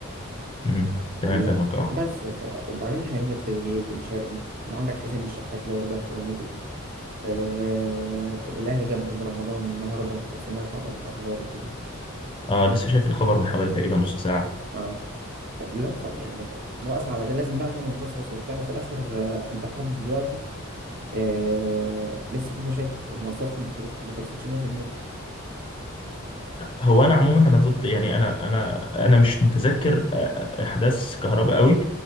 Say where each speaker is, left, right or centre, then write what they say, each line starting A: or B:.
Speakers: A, on the left; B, on the right.
A: امم تمام
B: لا
A: فاهمك اه
B: بس ف... وبعدين احنا جبنا تريزيجيه وبن شرقي وعندك حسين الشحات لو رجع فورمته آه... الاهلي جاب بن رمضان النهارده لو سمعت عن الاخبار وكده
A: اه لسه شايف الخبر من حوالي تقريبا نص ساعه
B: اه طب لو خ- يعني واقف على ده لازم بقى تعمل قصص وبتاع وفي الاخر آه، انت لحد دلوقتي آه لسه في مشاكل المواصفات ما خلص- ما خلصتش 100%
A: هو انا عموما انا ضد يعني انا انا انا مش متذكر آه، آه، احداث كهرباء قوي